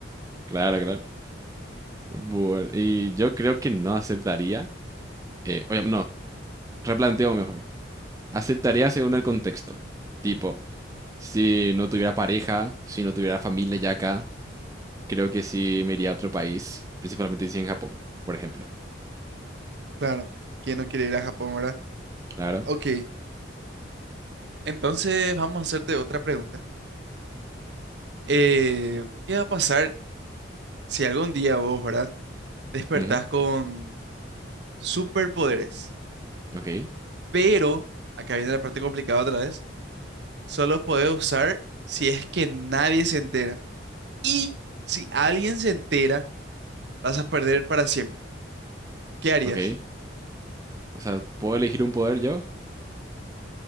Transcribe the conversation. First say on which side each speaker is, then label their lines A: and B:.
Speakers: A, on the right (about 15°); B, on the right (about 60°).
A: Claro, claro. Bueno, y yo creo que no aceptaría, eh, oye, no, replanteo mejor. Aceptaría según el contexto. Tipo, si no tuviera pareja, si no tuviera familia ya acá, creo que sí me iría a otro país, principalmente si en Japón, por ejemplo.
B: Claro. ¿Quién no quiere ir a Japón, verdad?
A: Claro.
B: Ok. Entonces vamos a hacerte otra pregunta. Eh, ¿qué va a pasar si algún día vos, ¿verdad? Despertás
A: ujú,
B: con superpoderes.
A: Ok,
B: Pero, acá viene la parte complicada otra vez, solo podés usar si es que nadie se entera. Y si alguien se entera, vas a perder para siempre. ¿Qué harías?
A: ok. O sea, ¿puedo elegir un poder yo?